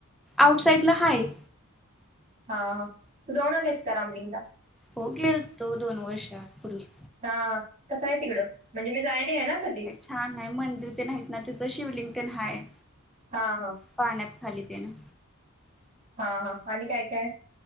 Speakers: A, in the centre; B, on the right.
A: आउटसाइडला हाये.
B: हा हा तू जाऊन आली आहेस काय रामलिंगला.
A: हो गेल्तो दोन वर्षा पूर्वी.
B: हा कसं हाय तिकडं म्हणजे मी जाय नाहीय ना. कधी
A: छान आहे. मंदिर ते आहेत ना तिथ शिवलिंगन तेन हाय.
B: हा हा
A: पाण्यात खाली तेन
B: हा हा आणि काय काय